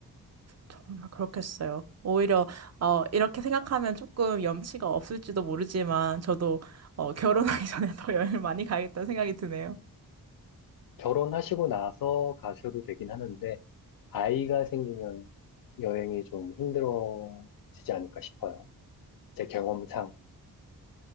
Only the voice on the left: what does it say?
결혼하시고 나서 가셔도 되긴 하는데 아이가 생기면 여행이 좀 힘들어지지 않을까 싶어요. 제 경험상.